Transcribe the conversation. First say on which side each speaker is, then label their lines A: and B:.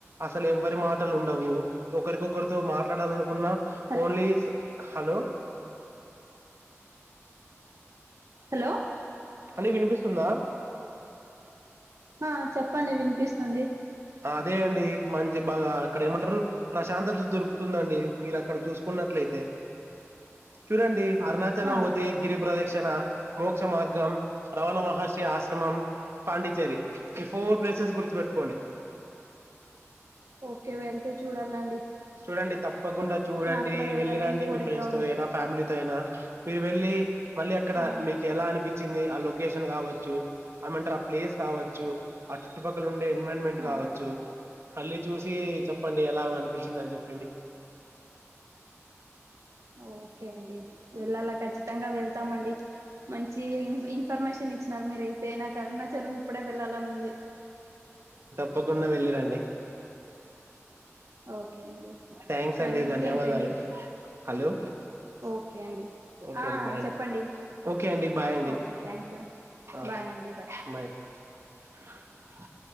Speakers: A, on the right (about 60°); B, on the right (about 80°).
A: అసలు ఎవరి మాట ఉండవు ఒకరికొకరు తో మాట్లాడాలనుకున్నా
B: హల్
A: ఓన్లీస్ హలో
B: హలో
A: చెప్పండి అండి వినిపిస్తుందా
B: ఆ చెప్పండి వినిపిస్తుంది వినిపిస్తుంది
A: అదే అండి మంచి బాగా అక్కడ ఏమంటారు ప్రశాంతత దొరుకుతుందండి మీరు అక్కడ చూసుకున్నట్లయితే చూడండి అరుణాచలం
B: ఆ
A: పోతే గిరి ప్రదిక్షణ అరుణాచలం మోక్ష మార్గం రమణ మహర్షి ఆశ్రమం పాండిచ్చేరి ఈ ఫోర్ ప్లేసెస్ గురించి గుర్తు పెట్టుకోండి
B: ఓకే వెళ్తే చూడాలండి
A: చూడండి తప్పక తప్పకుండా చూడండి
B: నాకు కూడా వెళ్ళాలని
A: వెళ్ళి రండి
B: కోరికగా
A: మీ ఫ్రెండ్స్ తో
B: ఉంది
A: అయినా ఫ్యామిలీతో అయినా మీరు వెళ్ళి మళ్ళీ అక్కడ
B: ఆ
A: మీకు ఎలా అనిపించిన ఎలా అనిపించింది లొకేషన్ కావొచ్చు ఏం మంటారు ఆ ప్లేస్ కావొచ్చు ఆ చుట్టూ పక్కల ఇన్వాల్వ్మెంట్
B: ఆ
A: కావచ్చు అన్నీ చూసి చెప్పండి ఎలా అనిపించింది తిన్నాను చెప్పు
B: ఓకే అండి వెళ్ళాలా కచ్చితంగా వెళ్తామండి మంచి ఇన్ఫర్మేషన్ ఇచ్చినారు మీరయితే నాకు అరుణాచలం ఇప్పుడే వెళ్ళాలని ఉంది
A: తప్పకుండ వెళ్ళిరండి
B: ఓకే అండి
A: థ్యాంక్స్ అండి
B: మరి ఇంకేంటండి
A: ధన్యవాదాలు హలో
B: ఓకే అండి
A: ఓకే
B: ఆ
A: అండి బాయ్ అండి
B: చెప్పండి
A: ఓకే అండి బాయ్ అండి
B: ఓకే థ్యాంక్ యూ
A: ఆ
B: బాయ్ అండి
A: బాయ్ ఫోర్ సౌండ్